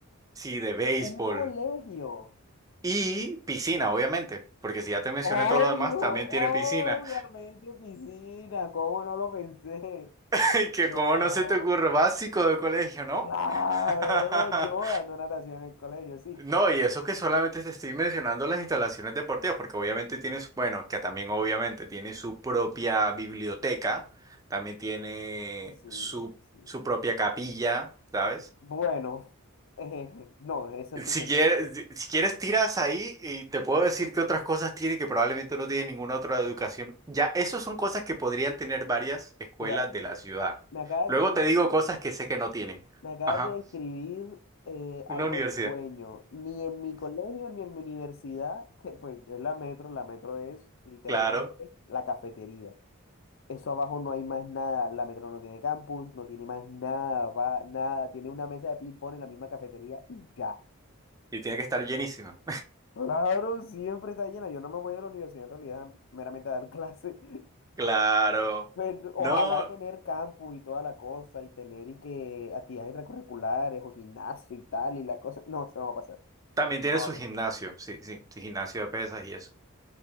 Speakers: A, on the right (about 15°); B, on the left (about 60°).
A: Sí, de béisbol.
B: un colegio.
A: Y piscina, obviamente, porque si ya te mencioné
B: Obvio,
A: todo lo demás, también
B: obviamente
A: tiene piscina.
B: piscina, ¿cómo no lo pensé?
A: <laughs> Y que
B: No,
A: como no se te ocurre básico de colegio, ¿no?
B: claro,
A: <laughs>
B: yo dando natación en el colegio, sí,
A: No,
B: claro.
A: y eso que solamente te estoy mencionando las instalaciones deportivas, porque obviamente tienes, bueno, que también obviamente tiene su propia biblioteca, también tiene
B: Pues Sí,
A: su,
B: sí.
A: su propia capilla, ¿sabes?
B: Bueno, <laughs> eh, no, eso sí
A: Si
B: no es
A: quieres,
B: normal.
A: si si quieres tiras ahí y te puedo decir que otras cosas tiene que probablemente no tiene ninguna otra educación. Ya, esas son cosas que podrían tener varias escuelas
B: Mira,
A: de la ciudad.
B: me acabas
A: Luego
B: de,
A: te digo cosas que sé que no tienen.
B: me acabas
A: Ajá.
B: de describir eh,
A: Una
B: algo
A: universidad,
B: de sueño. Ni en mi colegio ni en mi universidad, que pues es la metro, la metro es literalmente
A: claro.
B: la cafetería. Eso abajo no hay más nada. La metro no tiene campus, no tiene más nada, va, nada. Tiene una mesa de ping-pong en la misma cafetería y ya.
A: Y tiene que estar llenísima,
B: Claro, siempre está llena. Yo no me voy a la universidad en realidad meramente a dar clases. <laughs>
A: <laughs> claro.
B: Pues, Ojalá
A: No,
B: tener campus y toda la cosa y tener y que actividades extracurriculares o gimnasio y tal y la cosa. No, eso no va a pasar.
A: también tiene
B: eso no va
A: su
B: a pasar.
A: gimnasio, sí, sí, su gimnasio de pesas y eso.